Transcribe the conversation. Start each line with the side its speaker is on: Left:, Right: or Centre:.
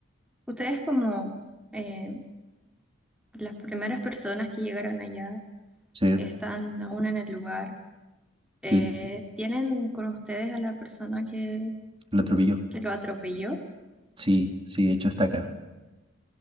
Centre: ustedes como eh, las primeras personas que llegaron allá,
Right: Sí,
Centre: están aún en el lugar, eh,
Right: sí,
Centre: ¿tienen con ustedes a la persona que,
Right: lo atropelló.
Centre: que lo atropelló?
Right: Sí, sí, de hecho está acá.